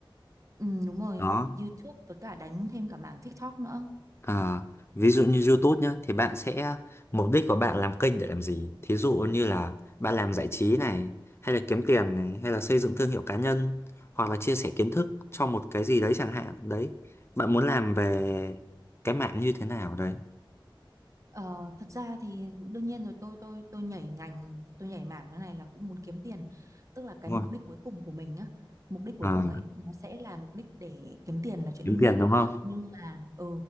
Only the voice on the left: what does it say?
đó
À, ví dụ như YouTube nhá, thì bạn sẽ mục đích của bạn làm kênh để làm gì? Thí dụ như là bạn làm giải trí này, hay là kiếm tiền này, hay là xây dựng thương hiệu cá nhân, hoặc là chia sẻ kiến thức cho một cái gì đấy chẳng hạn. Đấy, bạn muốn làm về cái mạng như thế nào đấy,
đúng
không?
À,
kiếm
tiền đúng không?